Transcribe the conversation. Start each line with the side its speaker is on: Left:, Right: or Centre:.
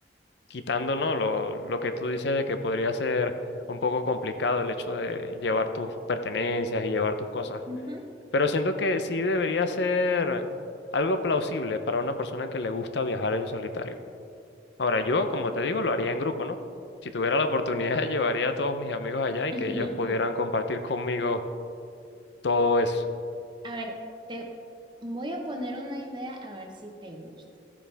Left: quitando, ¿no? Lo, lo que tú dices de que podría ser un poco complicado el hecho de llevar tus pertenencias y llevar tus cosas.
Right: ujú,
Left: Pero siento que sí debería ser algo plausible para una persona que le gusta viajar en solitario. Ahora, yo, como te digo, lo haría en grupo, ¿no? Si tuviera la oportunidad, <laughs> llevaría a todos mis amigos allá y
Right: <laughs>
Left: que ellos pudieran compartir conmigo todo eso.
Right: A ver, te voy a poner una idea a ver si te gusta.